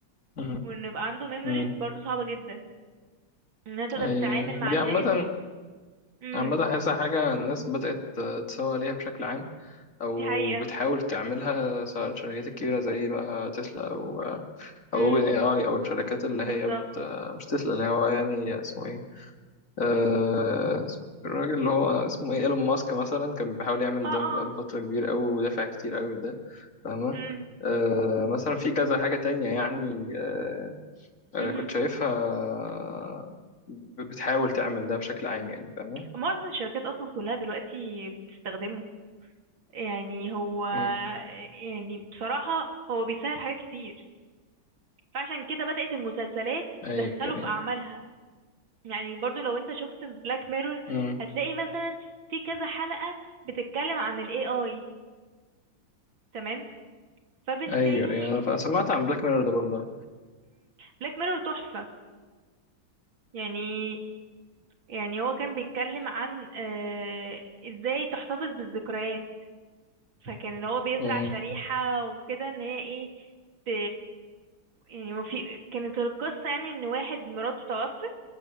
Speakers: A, on the left; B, on the right.
A: مم.
B: وان يبقى عنده ميموريز
A: مم.
B: برضو صعبة جدا انها تقدر
A: أي
B: تتعامل مع
A: دي
B: الناس
A: عامة
B: امم
A: عامة حاسسها حاجة الناس بدأت تسوق ليها بشكل عام او
B: دي حقيقة
A: بتحاول تعملها سواء الشركات الكبيره زي بقى تسلا او او
B: امم
A: اوبن اي اي او الشركات اللي
B: بالظبط
A: هي بت مش تسلا اللي هو يعني اسمه ايه آه، اسمه- الراجل اللي هو اسمه ايه ايلون ماسك مثلا كان بيحاول يعمل
B: اه اه
A: ده بقاله
B: اه
A: فتره كبيره قوي ودافع كتير قوي ده فاهمه
B: امم
A: آه، مثلا في كذا حاجه تانية يعني آه، آه،
B: مهم.
A: كنت شايفها ب- بتحاول تعمل ده بشكل عام يعني فاهمه
B: معظم الشركات اصلا كلها دلوقتي بتستخدمه يعني هو
A: مم.
B: يعني بصراحة هو بيسهل حاجات كتير فعشان كده بدأت المسلسلات
A: ايوه
B: تدخله
A: ايوه
B: في أعمالها يعني برضو لو انت شفت بلاك ميرور
A: مم.
B: هتلاقي مثلا في كذا حلقة بتتكلم عن ال AI تمام فبالتالي
A: ايوه ايوه انا ف- سمعت عن بلاك ميرور ده برضه
B: بلاك ميرور تحفة يعني يعني هو كان بيتكلم عن آه ازاي تحتفظ بالذكريات فكان اللي هو بيزرع
A: مم.
B: شريحة وكده ان هي ايه ت... يعني ما في كانت القصة يعني ان واحد مراته توفت